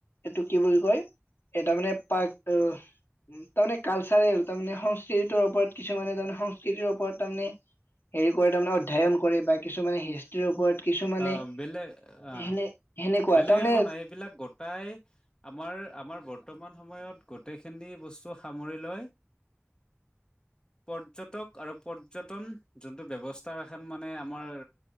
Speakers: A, on the left (about 55°); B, on the left (about 20°).
A: এইটো কি বুলি কয় এ তাৰমানে পাক তাৰমানে কালচাৰেল তাৰমানে সংস্কৃতিটোৰ ওপৰত কিছুমানে তাৰে সংস্কৃতিৰ ওপৰত তাৰমানে হেৰি কৰে তাৰমানে অধ্যয়ন কৰে বা কিছুমানে হিষ্ট্ৰীৰ ওপৰত। কিছুমানে
B: অ' বেলেগ, অ'
A: সেনে সেনেকুৱা
B: বেলেগে
A: তাৰমানে
B: একো নাই। এইবিলাক গটাই আমাৰ আমাৰ বৰ্তমান সময়ত গোটেইখিনি। বস্তু সামৰি লয়। পৰ্যটক আৰু পৰ্যটন যোনটো ব্যৱস্থা এখন মানে আমাৰ